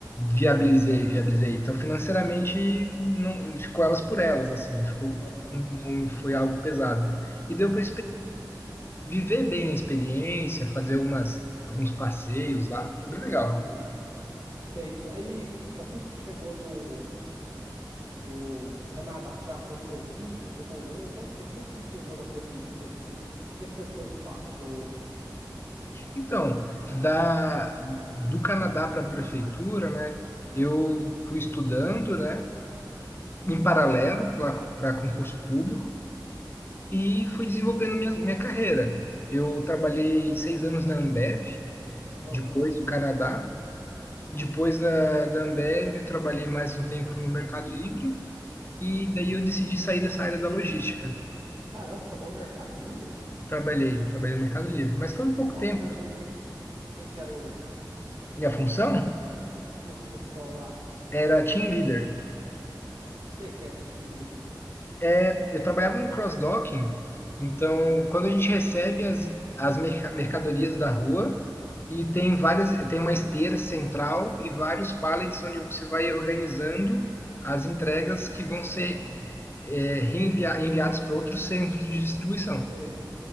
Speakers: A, on the left; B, on the right.
A: Viabilizei, viabilizei. Então, financeiramente, não ficou elas por elas, assim, ficou,
B: Aham.
A: não foi algo pesado. E deu para viver bem a experiência, fazer algumas, alguns passeios lá, foi bem legal.
B: Uhum. Sei. Aí, assim que você chegou do, do Canadá, já arrumou serviço? Demorou? Como é que foi? Como é que você chegou na prefeitura, assim? O que é que foi seus passos? ô-
A: Então, da, do Canadá para a prefeitura, né? Eu fui estudando, né? Em paralelo para concurso público e fui desenvolvendo minha, minha carreira. Eu trabalhei seis anos na Ambev,
B: ô? Aham.
A: depois do Canadá. Depois da, da Ambev, eu trabalhei mais um tempo no Mercado Livre e
B: Uhum.
A: daí eu decidi sair dessa área da logística.
B: Caramba, você é bom no Mercado Livre?
A: Trabalhei, trabalhei no Mercado Livre, mas foi um pouco
B: Ótima
A: tempo.
B: pergunta. O que que, o que que era o,
A: Minha função
B: é, <laughs> fu- função lá?
A: era team leader.
B: O que que é team leader?
A: É, eu trabalhava no cross-docking, então quando a gente recebe as, as merca- mercadorias da rua e tem várias, tem uma esteira central e vários pallets onde você vai organizando as entregas que vão ser
B: Aham.
A: é, reenvia- enviadas para outros centros de distribuição.
B: Sei.